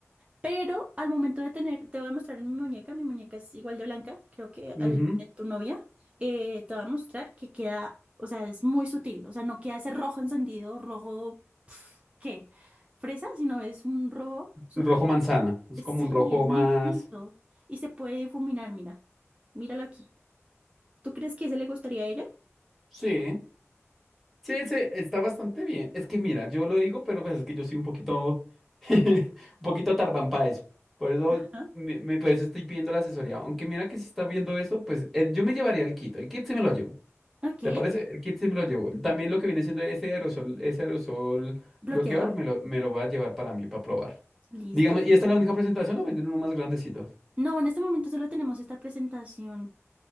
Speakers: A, on the right; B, in the centre.
A: Pero al momento de tener, te voy a mostrar en mi muñeca, mi muñeca es igual de blanca, creo que
B: Ujú.
A: al de tu novia, eh, te voy a mostrar que queda, o sea, es muy sutil, o sea, no queda ese rojo encendido, rojo ¿Qué? ¿Fresa? sino es un rojo sutil.
B: Rojo manzana, es
A: Sí,
B: como un rojo
A: es muy
B: más,
A: bonito. Y se puede difuminar, mira. Míralo aquí. ¿Tú crees que ese le gustaría a ella?
B: sí, Sí, sí, está bastante bien. Es que mira, yo lo digo, pero pues es que yo soy un poquito, <laughs> un poquito tardán para eso. Por eso,
A: Ajá.
B: me, me- por eso estoy pidiendo la asesoría. Aunque mira que si está viendo eso, pues el- yo me llevaría el kit. El kit sí me lo llevo.
A: Ok.
B: ¿Te parece? El kit sí me lo llevo. También lo que viene siendo ese aerosol, ese aerosol
A: ¿Bloqueador?
B: bloqueador, me lo, me lo voy a llevar para mí, para probar.
A: ¿Listo?
B: Digamos, ¿y esta
A: No,
B: es la única presentación o venden uno más grandecito?
A: No, en este momento solo tenemos esta presentación.